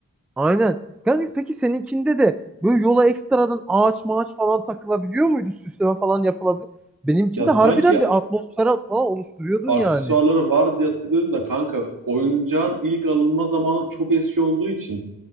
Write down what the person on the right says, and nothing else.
Ya sanki
aksesuarları
var diye hatırlıyorum da kanka oyuncağın ilk alınma zamanı çok eski olduğu için